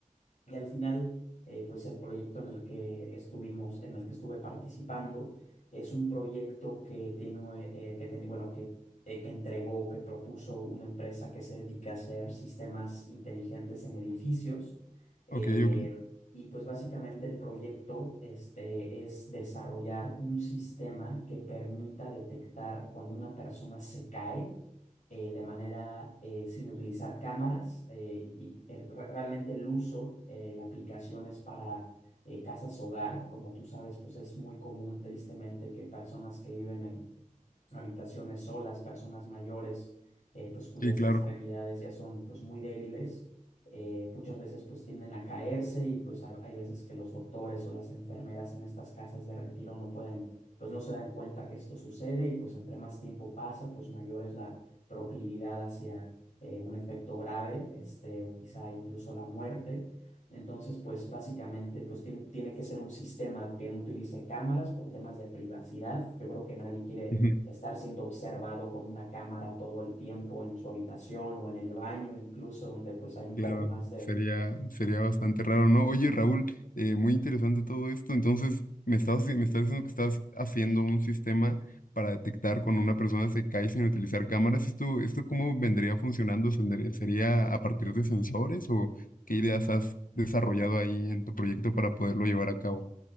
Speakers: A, on the left; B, on the left.
A: Y al final, eh, pues el proyecto en el que estuvimos, en el que estuve participando, es un proyecto que tiene, eh, que tiene- bueno, que, eh, que entregó, que propuso una empresa que se dedica a hacer sistemas inteligentes en edificios. Eh,
B: ok, ok.
A: y pues básicamente el proyecto, este, es desarrollar un sistema que permita detectar cuando una persona se cae eh, de manera eh, sin utilizar cámaras eh, y, y, eh, re- realmente el uso, eh, la aplicación es para eh, casas hogar, como tú sabes, pues es muy común tristemente que personas que viven en habitaciones solas, personas mayores, eh, pues cuyas
B: Sí, claro.
A: extremidades ya son pues muy débiles, eh, muchas veces pues tienden a caerse y pues ha- hay veces que los doctores o las enfermeras en estas casas de retiro no pueden, pues no se dan cuenta que esto sucede y pues entre más tiempo pasa, pues mayor es la proclividad hacia eh, un efecto grave, este, o quizá incluso la muerte. Entonces, pues básicamente, pues tien- tiene que ser un sistema que no utilice cámaras por temas de privacidad. Yo creo que nadie quiere
B: <laughs>
A: estar siendo observado con una cámara todo el tiempo en su habitación o en el baño, incluso donde pues hay un
B: Claro,
A: poco más de
B: sería, sería bastante raro, ¿no? Oye, Raúl, eh, muy interesante todo esto. Entonces, me estás, me estás diciendo que estás haciendo un sistema para detectar cuando una persona se cae sin utilizar cámaras. ¿Esto, esto cómo vendría funcionando? ¿Sendría- ¿Sería a partir de sensores o qué ideas has desarrollado ahí en tu proyecto para poderlo llevar a cabo?